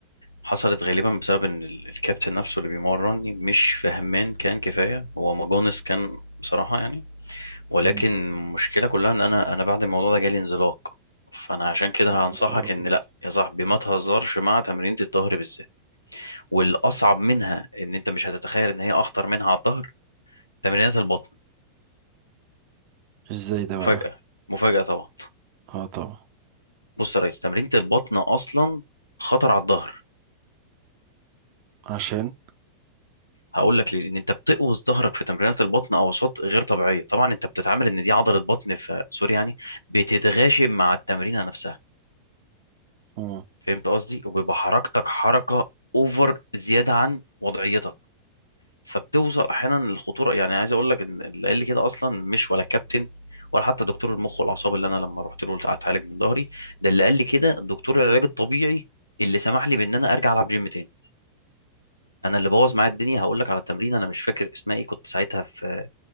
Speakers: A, on the left; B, on the right.
A: حصلت غالبا بسبب ان ال- الكابتن نفسه اللي بيمرني مش فهمان كان كفايه هو ماجونس كان بصراحه يعني ولكن
B: مم.
A: المشكله كلها ان انا انا بعد الموضوع ده جالي انزلاق فانا عشان كده
B: يا
A: هنصحك
B: نهار أبيض
A: ان لا يا صاحبي ما تهزرش مع تمرينة الظهر بالذات والاصعب منها ان انت مش هتتخيل ان هي اخطر منها على الظهر تمرينات البطن
B: إزاي ده
A: مفاجاه
B: بقى؟
A: مفاجاه طبعا
B: آه طبعا
A: بص يا ريس تمرينة البطن أصلا خطر على الظهر
B: عشان
A: هقول لك ليه لأن أنت بتقوس ظهرك في تمرينات البطن أوساط غير طبيعية طبعا أنت بتتعامل إن دي عضلة بطن في سوري يعني بتتغاشم مع التمرينة نفسها
B: مم.
A: فهمت قصدي وبيبقى حركتك حركة أوفر زيادة عن وضعيتك فبتوصل أحيانا للخطورة يعني عايز أقول لك إن اللي قال لي كده أصلا مش ولا كابتن ولا حتى دكتور المخ والأعصاب اللي أنا لما رحت له أتعالج من ظهري ده اللي قال لي كده دكتور العلاج الطبيعي اللي سمح لي بإن أنا أرجع ألعب جيم تاني انا اللي بوظ معايا الدنيا هقول لك على تمرين انا مش فاكر اسمها ايه كنت ساعتها في